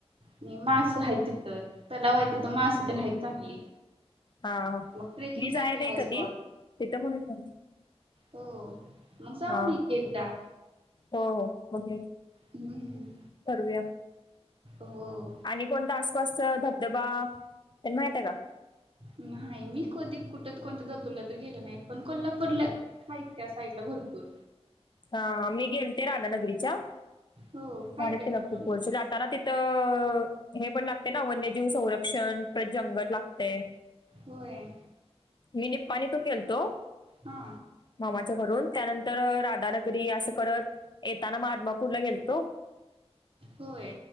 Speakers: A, on the right; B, on the left.
A: आणि मास हायत तिथ. तलाव हाय तिथ मास ते हायत चांगली.
B: हा हा
A: मग ट्रेकिंगसाठी
B: मी जाय
A: हाऊस
B: नाही कधी तिथं म्हणून म्हणते.
A: हो मग जाऊ
B: हा
A: ये की एकदा.
B: हो हो बघेल.
A: हम्म
B: करूया
A: हो.
B: आणि कोणता अस मस्त धबधबा तेन माहित आहे का?
A: नाही मी कधी कुठ कोणत धबधबला तर गेल नाही पण कोल्हापूरला आहेत त्या साईडला भरपूर.
B: हा मी गेलते राधानगरीच्या
A: हो. हाय
B: झाली
A: काय
B: त्याला
A: चांगलं
B: खूप
A: मग?
B: वर्ष त्याला तिथं हे पण लागते ना वन्यजीव संरक्षण जंगल लागते.
A: होय.
B: मी निप्पाणी तो खेलतो.
A: हा.
B: मामाच्या घरून त्यानंतर राधानगरी असं करत येताना आदमापूरला गेलतो
A: होय